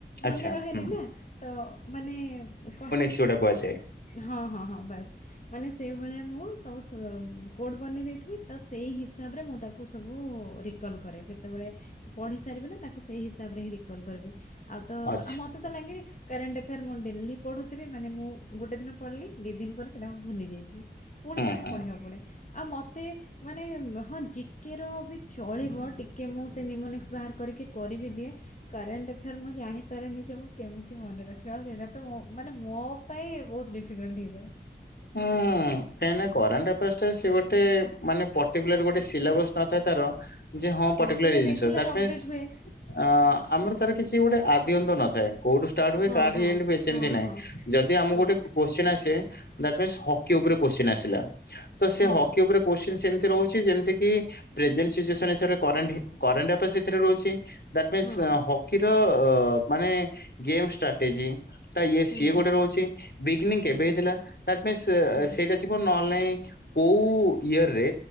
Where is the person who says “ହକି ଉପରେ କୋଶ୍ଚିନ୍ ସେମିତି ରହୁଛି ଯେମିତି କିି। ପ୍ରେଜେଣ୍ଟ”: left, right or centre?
Left